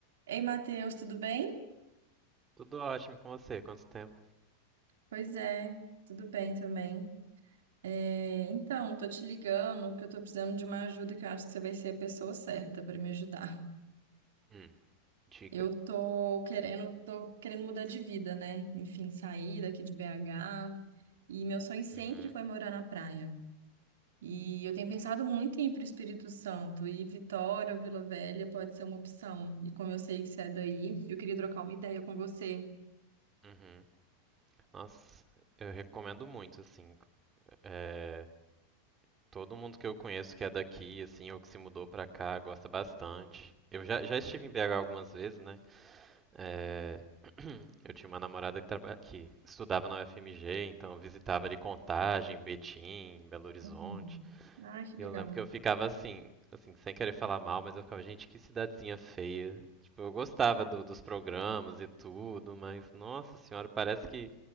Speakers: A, on the right; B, on the right.
A: Ei, Matheus, tudo bem?
B: Tudo ótimo com você? Quanto tempo?
A: Pois é, tudo bem também. É, então, tô te ligando porque eu tô precisando de uma ajuda que eu acho que você vai ser a pessoa certa para me ajudar.
B: Hum. Diga.
A: Eu tô querendo, tô querendo mudar de vida, né? Enfim, sair daqui de BH. E meu sonho sempre
B: Uhum.
A: foi morar na praia. E eu tenho pensado muito em ir para o Espírito Santo e Vitória ou Vila Velha pode ser uma opção. E como eu sei que você é daí, eu queria trocar uma ideia com você.
B: Uhum. Nossa, eu recomendo muito, assim. É, todo mundo que eu conheço que é daqui, assim, ou que se mudou pra cá, gosta bastante. Eu já, já estive em BH algumas vezes, né? É, eu tinha uma namorada que, traba... que estudava na UFMG, então eu visitava ali Contagem, Betim, Belo Horizonte.
A: Uhum. Ah, que
B: E
A: legal.
B: eu lembro que eu ficava assim, assim, sem querer falar mal, mas eu ficava, gente, que cidadezinha feia. Tipo, eu gostava do- dos programas e tudo, mas nossa senhora, parece que